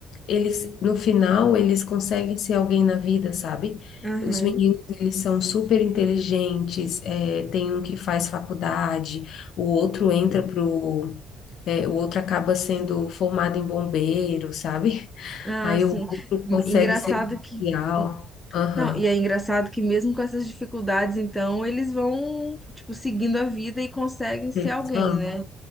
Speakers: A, on the left; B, in the centre.
A: eles no final eles conseguem ser alguém na vida, sabe?
B: aham.
A: Os meninos, eles são super inteligentes, é, tem um que faz faculdade, o outro entra pro É, o outro acaba sendo formado em bombeiro, sabe?
B: Ah,
A: Aí
B: sim.
A: o outro consegue
B: Engraçado
A: ser policial.
B: que...
A: Aham.
B: Não, e é engraçado que mesmo com essas dificuldades, então, eles vão, tipo, seguindo a vida e conseguem ser
A: Eles
B: alguém,
A: vão.
B: né?